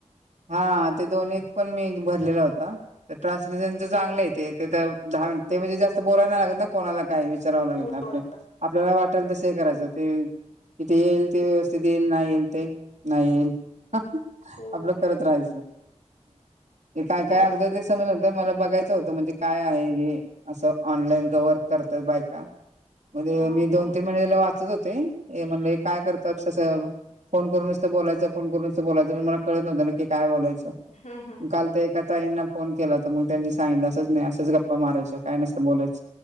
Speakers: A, on the right (about 75°); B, on the left (about 80°).
A: हा ते दोन्हीत पण मी एक भरलेला होता. तर ट्रान्सलेशनच चांगलं ते तर, दहा मिनिट -ते म्हणजे जास्त बोलायला लागत ना कोणाला काय विचाराव लागत
B: होय
A: ना आपल. आपल्याला वाटेल तस हे करायचं ते- तिथे येईल ते व्यवस्थित येईल नाही येईल ते नाही येईल. हा हा,
B: होय
A: आपल करत राहायच ते काय
B: कायच
A: काय अगदं ते समजत होत मला बघायचं होतं म्हणजे काय आहे. हे असं ऑनलाईन वर्क करतात बायका. मध्ये
B: हा
A: मी
B: हा हम्म
A: दोन तीन महिने लय वाचत होते. हे म्हणले काय कर कस फोन करूनच बोलायचं -फोन करूनच बोलायच पण, मला कळत नव्ह ना की काय बोलायच.
B: हम्म हम्म
A: काल तर एका ताईंना फोन केला तर मग त्यांनी सांगितलं असंच नाही असच गप गप्पा मारायच्या काय नसत बोलायच.